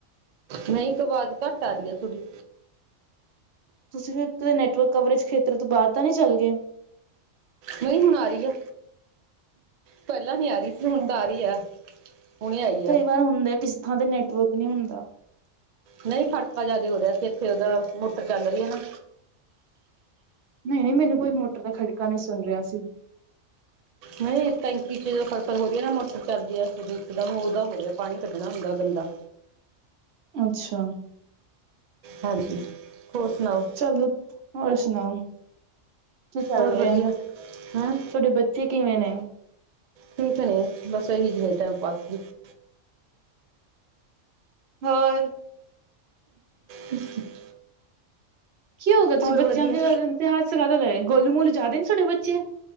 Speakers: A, on the right (about 80°); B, on the right (about 60°).
A: ਨਹੀਂ ਆਵਾਜ਼ ਘੱਟ ਆ ਰਹੀ ਹੈ ਤੁਹਾਡੀ
B: ਤੁਸੀਂ ਫਿਰ ਕਦੇ ਨੈਟਵਰਕ ਕਵਰੇਜ ਖੇਤਰ ਤੋਂ ਬਾਹਰ ਤਾਂ ਨਹੀਂ ਚੱਲ ਗਏ
A: ਨਹੀਂ ਹੁਣ ਆ ਰਹੀ ਆ ਪਹਿਲਾਂ ਨਹੀ ਆ ਰਹੀ ਸੀ ਹੁਣ
B: ਹਾਂ
A: ਤਾਂ ਆ ਰਹੀ ਆ ਹੁਣੇ ਆਈ ਆ।
B: ਕਈ ਵਾਰ ਹੁੰਦਾ ਕਿਸੇ ਥਾਂ ਤੇ ਨੈਟਵਰਕ ਨਹੀਂ ਹੁੰਦਾ
A: ਨਹੀਂ ਖੜਕਾ ਜਿਆਦਾ ਹੋ ਰਿਹਾ ਸੀ ਇੱਥੇ ਉਹਦਾ ਮੋਟਰ ਚੱਲ ਰਹੀ ਹੈ ਨਾ
B: ਨਹੀਂ-ਨਹੀਂ ਮੈਨੂੰ ਕੋਈ ਮੋਟਰ ਦਾ ਖੜਕਾ ਨਹੀਂ ਸੁਣ ਰਿਹਾ ਸੀ
A: ਨਹੀਂ ਟੈਂਕੀ'ਚ ਜਦੋਂ ਫਸਲ ਹੋ ਰਹੀ ਹੈ ਨਾ ਮੋਟਰ ਚੱਲਦੀ ਇੱਕਦਮ ਉਹਦਾ ਹੋ ਰਿਹਾ ਪਾਣੀ ਕੱਢਣਾ ਹੁੰਦਾ ਗੰਦਾ
B: ਅੱਛਾ
A: ਹਾਂਜੀ ਹੋਰ ਸੁਣਾਓ
B: <unintelligible> ਹੋਰ ਸੁਣਾਓ ਕੀ ਕਰ
A: ਹੋਰ
B: ਰਹੇ
A: ਵਧੀਆ ਹੈਂ
B: ਤੁਹਾਡੇ ਬੱਚੇ ਕਿਵੇਂ ਨੇ
A: ਠੀਕ ਨੇ ਬਸ ਇਹੀ <unintelligible>
B: ਹੋਰ
A: <inaudible>
B: ਕੀ ਹੋ ਗਿਆ
A: ਹੋਰ
B: ਤੁਸੀਂ ਬੱਚਿਆਂ
A: ਵਧੀਆ।
B: ਦੇ <unintelligible> ਲਏ ਗੋਲੂ ਮੋਲੂ ਜ਼ਿਆਦਾ ਨੀ ਸਾਡੇ ਬੱਚੇ